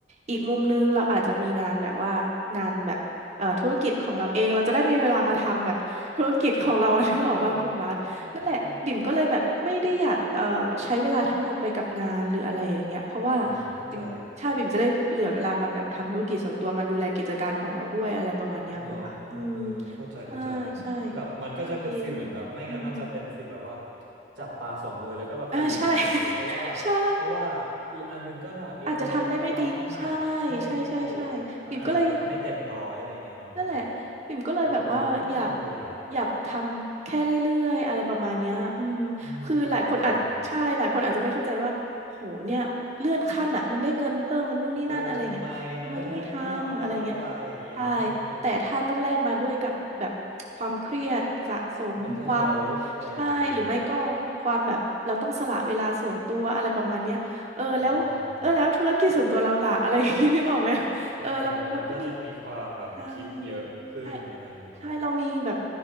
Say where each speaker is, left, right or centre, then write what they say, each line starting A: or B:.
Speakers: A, on the right; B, on the right.
A: อีกมุมนึงเราอาจจะมีงานแบบว่างานแบบเอ่อธุรกิจของเราเองเราจะได้มีเวลามาทำแบบธุรกิจของเราอะ <laughs> นึกออกว่าคุณบาสนั่นแหละบิ่มก็เลยแบบไม่ได้อยากเอ่อใช้เวลาทั้งหมดไปกับงานหรืออะไรอย่างเงี้ยเพราะว่า
B: อืมอืมอืมอืมอ่าเข้าใจ
A: บิ่มใช่บิ่มจะได้เหลือเวลามาแบบทำธุรกิจส่วนตัวมาดูแลกิจการของเราด้วยอะไรประมาณเนี้ยคุณบาสอืม
B: เนาะเออเออเข้าใจเข้าใจ
A: ใช่ใช่
B: แบบมันก็จะเป็นฟีลเหมือนแบบไม่งั้นมันจะเป็นฟีลแบบว่า
A: ลังเลอยู่อืม
B: จับปลาสองมือแล้วก็แบบจะหลุดทั้งสองมือเพราะว่าเพราะว่า
A: อ่าใช่ <laughs> ใช่
B: อีกอันหนึงก็หนักอีกอันนี้เราก็หนักใช่ใช่
A: อาจจะทำได้ไม่ดี ใช่ใช่ใช่ใช่บิ่มก็เลย
B: มันอาจจะแบบไม่เต็มร้อยอะไรอย่างเงี้ยเนาะคุณบิ๊ก
A: อืม นั่นแหละปิ่มก็เลยแบบว่าอยาก
B: เออเออเข้าใจเลยอ่ะ
A: อยากทำแค่เรื่อยๆอะไรประมาณเนี้ยอืมคือหลายคนอาจใช่หลายคนอาจจะไม่เข้าใจว่าโหเนี่ยเลื่อนขั้นอ่ะมันได้เงินเพิ่มมันนู่นนี่นั่นอะไรเงี้ยทำไมไม่ทำอะไรเงี้ย
B: อืมไปก่อนเออทำไมเนาะเออทำไมไม่รับบลาบลาบลาอะไรอย่างงี้เนาะเออเออ
A: ใช่แต่ถ้าต้องแลกมาด้วยกับแบบความเครียดสะสมความ
B: mental health อะไรอย่างงี้
A: ใช่หรือไม่ก็ความแบบเราต้องสละเวลาส่วนตัวอะไรประมาณเนี้ยเออแล้วเออแล้วธุรกิจส่วนตัวเราล่ะอะไรอย่างงี้นึกออกไหม
B: อืมอืมอืม เออมันก็จะมีความแบบคิดเยอะขึ้นอะไรเงี้ยเนาะ
A: เออเราเราก็มี ใช่ใช่ใช่เรามีแบบ